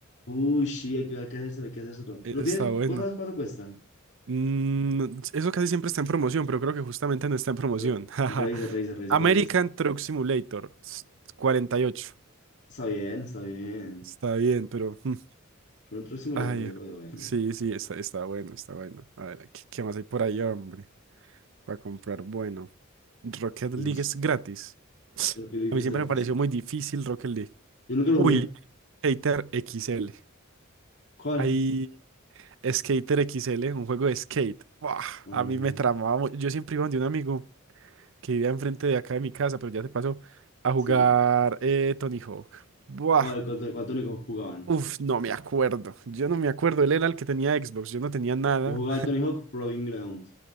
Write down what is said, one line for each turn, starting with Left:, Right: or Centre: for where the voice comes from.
Left: Uy, sí, hay que, hay que hacerse, hay que hacerse todo.
Right: Eh,
Left: ¿Lo tienes?
Right: Está bueno.
Left: ¿Vos sabes cuánto cuesta?
Right: Mm, eso casi siempre está en promoción, pero creo que justamente no está en promoción.
Left: Re,
Right: <laughs> Jaja.
Left: revisa, revisa, revisa
Right: American
Left: cuánto cuesta.
Right: Truck Simulator s- cuarenta y ocho,
Left: Está bien, está bien.
Right: Está bien, pero... mm,
Left: Pero un Truck Simulator
Right: Ay,
Left: yo lo veo a verlo.
Right: sí, sí, está, está bueno, está bueno. A ver, ¿qué, qué más hay por ahí, hombre? Para comprar, bueno. Rocket League
Left: No sé,
Right: es gratis.
Left: lo que le
Right: A mí siempre
Left: será a
Right: me
Left: ti,
Right: pareció
Left: sí.
Right: muy difícil Rocket League.
Left: Yo nunca lo
Right: Uy,
Left: jugué.
Right: Skater X L.
Left: ¿Cuál?
Right: Hay Skater X L, un juego de skate. Buah,
Left: No,
Right: a mí me tramaba mucho. Yo siempre iba donde un amigo que vivía enfrente de acá de mi casa, pero ya se pasó a jugar
Left: sí.
Right: eh, Tony Hawk. Buah,
Left: ¿Cuál, cuál, cuál Tony Hawk jugaban?
Right: uf, no me acuerdo. Yo no me acuerdo. Él era el que tenía Xbox. Yo no tenía nada.
Left: Yo jugaba el Tony Hawk Proving Ground.